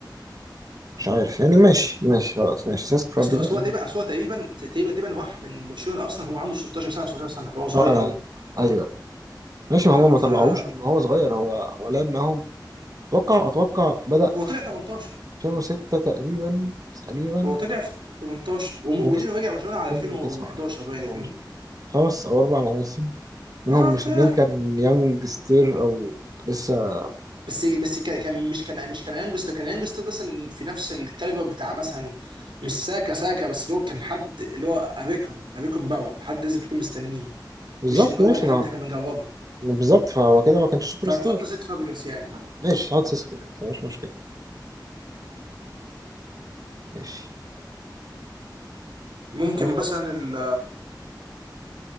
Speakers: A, on the right; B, on the right.
A: مش عارف يعني ماشي ماشي خلاص ماشي سيسك فابريجاس
B: اصل اصل
A: أنا
B: هو تقريبا اصل هو تقريبا تقريبا تقريبا راح من برشلونه ارسنال هو عنده 16 سنه 17 سنه هو صغير
A: أه أنا
B: قوي
A: أيوه أيوه ماشي ما هو
B: آه، فهو
A: ما طلعوهوش من هو صغير هو هو لعب معاهم أتوقع أتوقع بدأ
B: طلع 18
A: في 2006 تقريبا تقريبا
B: هو طلع في 18 وم-
A: ومشي
B: ودينا رجع برشلونه على
A: في
B: 2011
A: 2009
B: باين
A: 2010
B: 2000
A: خمس أو أربع مواسم منهم
B: اه
A: موسمين
B: ها.
A: كان يانج ستير أو لسه
B: بس بس كان كان- مش كان مش كان يانجستر كان يانجستر مثلا في نفس الكاليبر بتاع مثلا مش ساكا ساكا بس اللي هو كان حد اللي هو اريكون اريكون باور حد لازم تكون مستنيه
A: بالظبط
B: مش مجرد
A: ماشي
B: حد
A: ما
B: احنا بنجربه
A: ما بالظبط فهو كده ما كانش سوبر
B: فنحط
A: ستار
B: سيسك فابريجاس يعني
A: ماشي هقعد سيسكو بس، مش مشكلة ماشي
B: ممكن
A: أنا...
B: مثلا ال